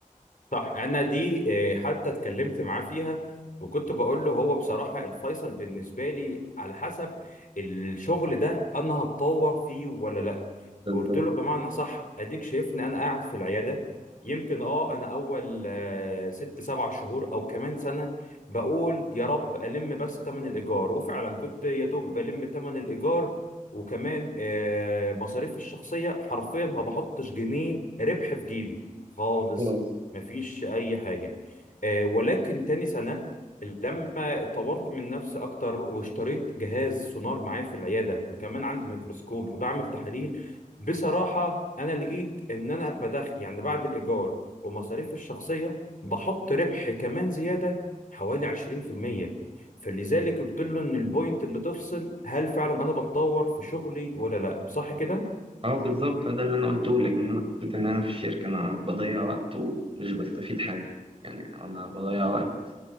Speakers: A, on the left (about 70°); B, on the right (about 40°).
A: صح انا دي آه، حتى اتكلمت معاه فيها وكنت بقول له هو بصراحة الفيصل بالنسبة لي على حسب الشغل ده انا هتطور فيه ولا لا
B: بالظبط
A: قلت له بمعنى صح اديك شايفني انا قاعد في العيادة يمكن اه انا اول آه، ست سبع شهور او كمان سنة بقول يا رب الم بس تمن الايجار وفعلا كنت يا دوب بلم تمن الايجار وكمان آه، مصاريفي الشخصية حرفيا ما بحطش جنيه ربح في جيبي خالص
B: مم.
A: مفيش اي حاجه آه، ولكن تاني سنه لما اتطورت من نفسي اكتر واشتريت جهاز سونار معايا في العياده وكمان عندي ميكروسكوب وبعمل تحاليل بصراحه انا لقيت ان انا بدخل يعني بعد الايجار ومصاريف الشخصيه بحط ربح كمان زياده حوالي 20% فلذلك قلت له ان البوينت اللي تفصل هل فعلا انا بتطور في شغلي ولا لا صح كده
B: اه بالظبط ده اللي انا قلته لك ان انا حسيت ان انا في الشركه انا بضيع وقت ومش بستفيد حاجه يعني انا بضيع وقت